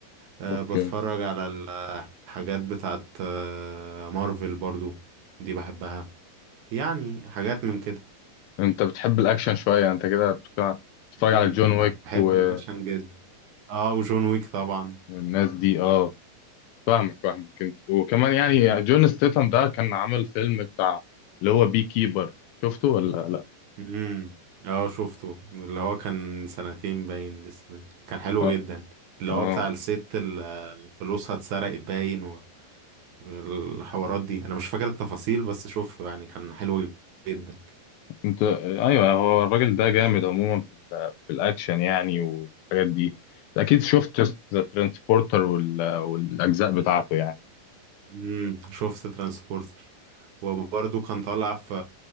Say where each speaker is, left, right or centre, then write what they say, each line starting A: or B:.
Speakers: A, on the right; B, on the left.
A: أه،
B: اوكي
A: بتفرج على الحاجات بتاعت أه، مارفل برضو دي بحبها يعني حاجات من كده
B: انت بتحب الاكشن شويه انت كده بتتفرج
A: مم،
B: على جون ويك
A: بحب
B: و-
A: الاكشن جدا اه وجون ويك طبعا
B: والناس دي اه فاهمك فاهمك انت وكمان يعني جون ستيتم ده كان عامل فيلم بتاع اللي هو بي كيبر شفته ولا لا
A: امم اه شفته اللي هو كان سنتين باين لسه كان حلو
B: اه
A: جدا اللي
B: اه
A: هو بتاع الست اللي فلوسها اتسرقت باين الحوارات دي انا مش فاكر التفاصيل بس شفته يعني كان حلو جدا
B: انت ايوه هو الراجل ده جامد عموما في ال- في الاكشن يعني والحاجات دي اكيد شفت ذا ترانسبورتر والاجزاء بتاعته يعني
A: امم شفت ترانسبورتر وبرضه كان طالع في